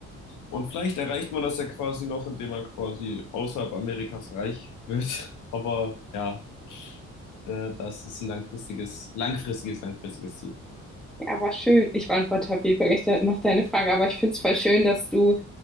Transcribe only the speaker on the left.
Und vielleicht erreicht man das ja quasi noch, indem man quasi außerhalb Amerikas reich wird. <laughs> Aber ja, äh, das ist ein langfristiges, langfristiges, langfristiges Ziel.